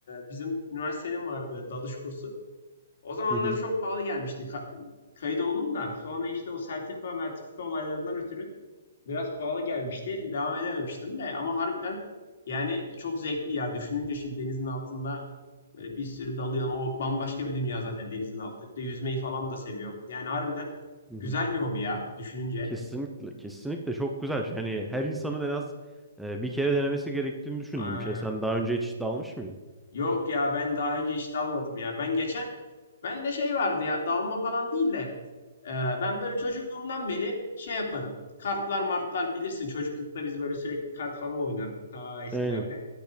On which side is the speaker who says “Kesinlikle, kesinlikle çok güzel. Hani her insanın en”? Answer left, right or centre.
Centre